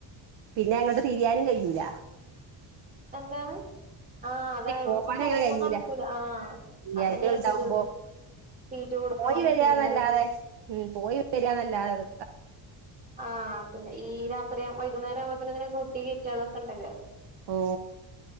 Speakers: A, on the right; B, on the right.
A: പിന്നെ എങ്ങട്ട് തിരിയാനും കയ്യുല..
B: എന്താണ് ആ അതാ എവ്ട്ക്കും
A: പോവാനും
B: പോക്കൊന്നടക്കൂല.
A: അങ്ങനെ കഴിയൂല
B: ആ
A: വെള്ളിയാഴ്ചകൾ
B: അതന്നെണ്.
A: ഉണ്ടാവുമ്പോ
B: ഇപ്പത് തീറ്റ കൊടുക്കണം
A: പോയി വരാന്നല്ലാതെ
B: പിന്നെ അതും
A: ഉം പോയി വര ന്നല്ലാതത്
B: ആ പിന്നെ ഈ രാത്രി വൈകുന്നേരം ആവുമ്പോത്തിന്. ഇതിനെ കൂട്ടി. കേറ്റ അതൊക്കണ്ടല്ലോ
A: ഓ.